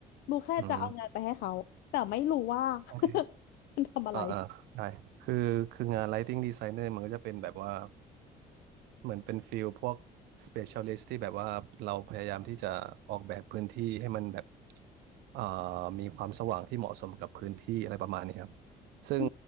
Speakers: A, on the left; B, on the right.
A: รู้แค่จะเอางานไปให้เขาแต่ไม่รู้ว่า
B: อืมโอเค
A: <laughs> มันทำอะไร
B: อ่าอ่าได้คือคืองาน Lighting Designer มันก็จะเป็นแบบว่าเหมือนเป็นฟิลพวก specialist ที่แบบว่าเราพยายามที่จะออกแบบพื้นที่ให้มันแบบเอ่อมีความสว่างที่เหมาะสมกับพื้นที่อะไรประมาณนี้ครับซึ่ง
A: อื